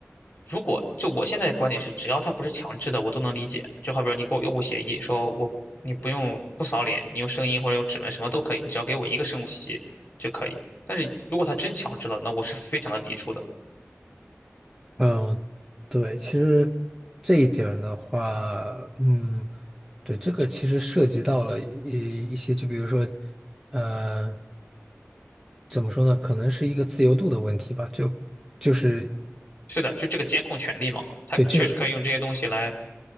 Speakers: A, on the left; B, in the centre.
A: 如果就我现在的观点是，只要它不是强制的，我都能理解。就好比说你给我用户协议，说我你不用不扫脸，你用声音或者用指纹什么都可以，你只要给我一个生物信息就可以。但是如果它真强制了，那我是非常的抵触的。
B: 嗯，对，其实这一点儿的话，嗯，对，这个其实涉及到了一一些，就比如说，呃，怎么说呢？可能是一个自由度的问题吧。就就是
A: 是的，就这个监控权利嘛，它确实可以用这些东西来
B: 对，就